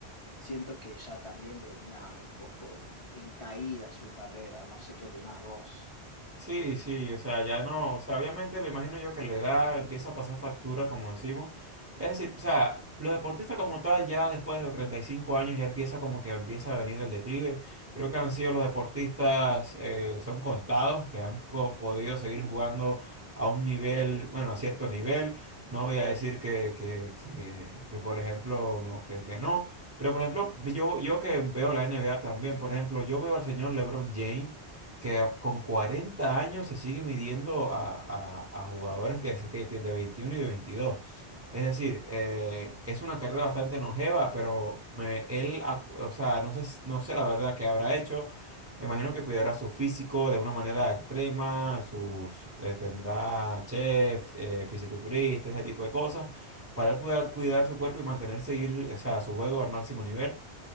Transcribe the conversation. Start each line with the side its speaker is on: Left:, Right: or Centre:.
Left: siento que ya también venía un poco en, en caída su carrera, no sé qué opinás vos.
Right: Sí, sí, o sea, ya no, o sea, obviamente me imagino yo que la edad empieza a pasar factura, como decimos. Es decir, o sea, los deportistas como tal, ya después de los 35 años, ya empieza como que empieza a venir el declive. Creo que han sido los deportistas, eh, son contados, que han co- podido seguir jugando a un nivel, bueno, a cierto nivel. No voy a decir que, que, que, que, por ejemplo, no, que, que no. Pero, por ejemplo, yo, yo que veo la NBA también, por ejemplo, yo veo al señor LeBron James que a- con 40 años se sigue midiendo a, a- a jugadores que, se- que de 21 y de 22. Es decir, eh, es una carrera bastante longeva, pero me- él, acu- o sea, no sé, s- no sé la verdad qué habrá hecho. Me imagino que cuidará su físico de una manera extrema, sus, eh, tendrá chef, eh, fisiculturista, ese tipo de cosas, para él poder cuidar su cuerpo y mantener, seguir, o sea, su juego al máximo nivel.